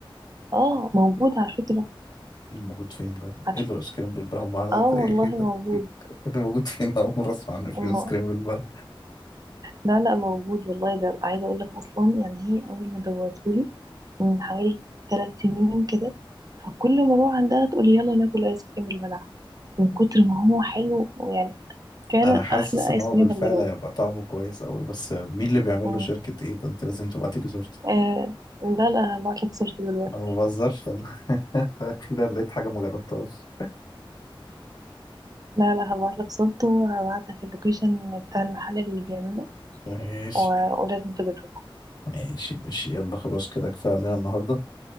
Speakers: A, on the right (about 45°); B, on the left (about 50°).
A: اه موجود على فكرة
B: موجود فين ده؟
A: عارفة
B: ايه اللي ايس كريم بالبلبن؟ هم عارف-
A: اه
B: ايه
A: والله
B: ايه ده؟
A: موجود
B: <laughs> ايه ده موجود فين؟ أول مرة أسمع عنه في
A: الم...
B: ايس كريم بالبلبن
A: لا لا موجود والله ده عايزة أقول لك أصلا يعني هي أول ما دوتهولي من حوالي ثلاث سنين كده فكل ما أروح عندها تقولي يلا ناكل آيس كريم بالبلح من كتر ما هو حلو ويعني فعلا
B: أنا حاسس
A: أحلى
B: إن
A: آيس
B: هو
A: كريم
B: بالفعل
A: هتجربه
B: هيبقى طعمه كويس أوي بس مين اللي بيعمل
A: مم.
B: له شركة ايه ده؟ أنت لازم تبعتي لي صورته
A: آه لا لا أنا هبعتلك صورته دلوقتي
B: أنا ما بهزرش أنا <laughs> أخيرا لقيت حاجة ما جربتهاش
A: لا لا هبعت لك صورته وهبعت لك اللوكيشن بتاع المحل اللي بيعمله
B: ماشي
A: و... ولازم تجربه
B: ماشي ماشي يلا خلاص كده كفاية علينا النهاردة